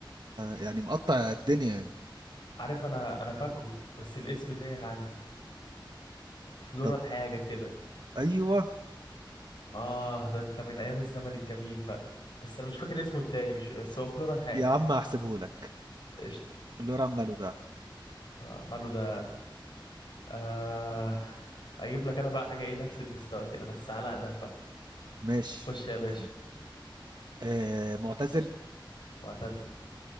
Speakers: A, on the right; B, on the left.
A: يعني مقطع الدنيا يعني
B: عارف انا انا فاكره بس الاسم تايه عني فلوران
A: طب
B: حاجة كده
A: ايوه
B: اه ده انت من ايام الزمن الجميل بقى بس انا مش فاكر اسمه التاني مش بس هو فلوران حاجة
A: يا عم هحسبه لك
B: قشطة
A: اللي هو عماله ده
B: آه ماله ده آه اجيب لك انا بقى حاجة ايه نفس المستوى كده بس على اقدم
A: ماشي
B: خش يا باشا
A: اديني. آه معتزل
B: معتزل